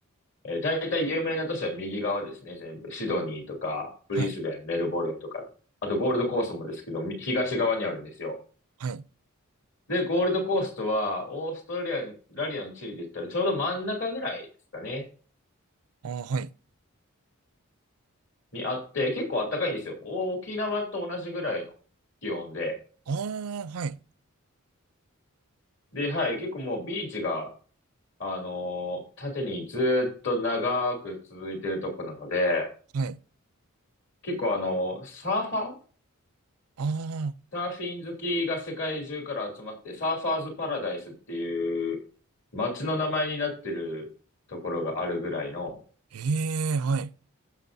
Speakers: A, on the left; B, on the right.
A: えー、大体有名な都市は右側ですね、全部。シドニーとか、ブリスベン、
B: はい。
A: メルボルンとか、あとゴールドコーストもですけど、み東側にあるんですよ。
B: はい。
A: で、ゴールドコーストは、オーストラリア、ラリアの地理で言ったらちょうど真ん中ぐらいですかね、
B: ああ、はい。
A: にあって、結構暖かいんですよ。沖縄と同じぐらいの気温で。
B: ああ、はい。
A: で、はい、結構もうビーチが、あの、縦にずっと長く続いてるとこなので、
B: はい。
A: 結構あの、サーファー
B: ああ、
A: サーフィン好きが世界中から集まって、サーファーズパラダイスっていう街の名前になってるところがあるぐらいの、
B: ええ、はい。